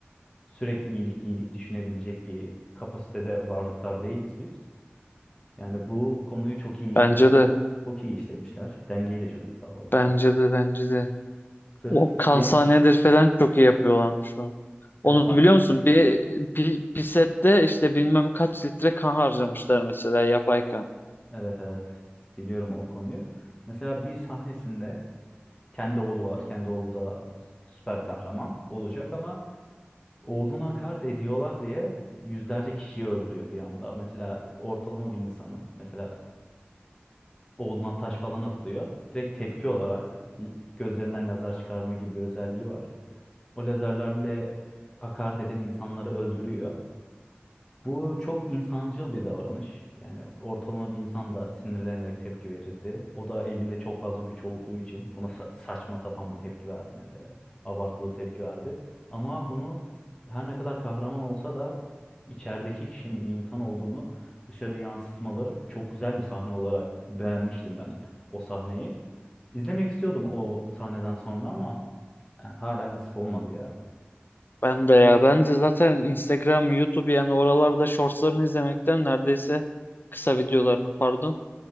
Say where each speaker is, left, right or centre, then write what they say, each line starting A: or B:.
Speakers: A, on the left; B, on the left.
A: sürekli iyilik iyilik düşünebilecek bir kapasitede varlıklar değiliz biz. Yani bu konuyu çok iyi işlemişler.
B: Bence de,
A: Çok iyi işlemişler. Dengeyi de çok iyi sağlamışlar.
B: bence de, bence de.
A: Sırf
B: O kansanedir
A: bir anlık
B: falan çok iyi yapıyorlarmış o. Onu
A: ve sa-
B: biliyor musun? Bir, bir, bir işte bilmem kaç litre kan harcamışlar mesela yapay kan.
A: Evet evet. Biliyorum o konuyu. Mesela bir sahnesinde Kendi oğlu var. Kendi oğlu da süper kahraman olacak ama oğluna hakaret ediyorlar diye yüzlerce kişiyi öldürüyor bir anda. Mesela ortalama bir insanın mesela oğluna taş falan atılıyor. Direkt tepki olarak l- gözlerinden lazer çıkarma gibi bir özelliği var. O lazerlerle hakaret eden insanları öldürüyor. Bu çok insancıl bir davranış. Yani ortalama bir insan da sinirlenerek tepki verirdi. O da elinde çok fazla güç olduğu için buna sa- saçma sapan bir tepki verdi mesela. Abartılı bir tepki verdi. Ama bunu her ne kadar kahraman olsa da içerideki kişinin bir insan olduğunu dışarı yansıtmaları çok güzel bir sahne olarak beğenmiştim ben o sahneyi. İzlemek istiyordum o sahneden sonra ama hala nasip olmadı ya.
B: Ben de ya bence zaten Instagram, YouTube yani oralarda shortslarını izlemekten neredeyse kısa videolarını pardon.